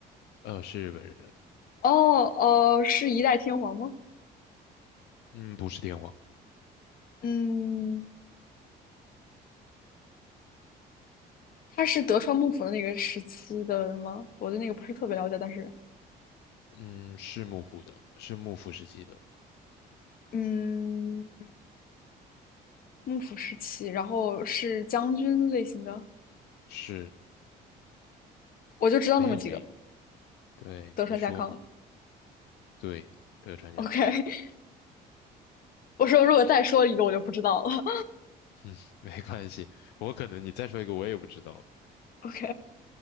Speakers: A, on the left; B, on the left.
A: 呃，是日本人，
B: 哦呃，是一代天皇吗？
A: 嗯，不是天皇，
B: 嗯，他是德川幕府的那个时期的吗？我对那个不是特别了解，但是
A: 嗯，是幕府的，是幕府时期的，
B: 嗯，幕府时期，然后是将军类型的，
A: 是
B: 我就知道那么几个，
A: 很有名，对，
B: 德川家康。
A: 你说嘛，对，德川家康，
B: OK，<laughs> 我说如果再说一个，我就不知道了。
A: <laughs> 没关系，我可能你再说一个我也不知道。
B: <laughs> OK，